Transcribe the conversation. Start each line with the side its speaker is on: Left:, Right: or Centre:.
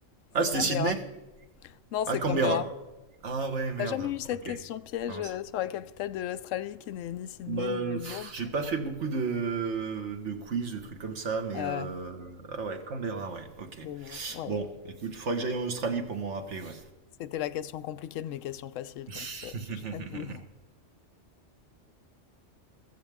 Left: C'est
Right: Ah, c'était
Left: Canberra.
Right: Sydney?
Left: Non, c'est
Right: Ah, Canberra.
Left: Canberra.
Right: Ah ouais, merde.
Left: T'as jamais eu cette
Right: OK.
Left: question piège
Right: Mince.
Left: euh, sur la capitale de l'Australie qui n'est ni Sydney
Right: Bah,
Left: ni Melbourne?
Right: pff, j'ai pas fait beaucoup de, de quiz, de trucs comme ça, mais
Left: Euh,
Right: euh... ah ouais, Canberra, ouais, ok.
Left: dommage. Ouais.
Right: Bon, écoute, il faudrait que j'aille en Australie pour m'en rappeler, ouais.
Left: C'était la question compliquée de mes questions faciles, donc
Right: <laughs>
Left: euh, <laughs> j'avoue.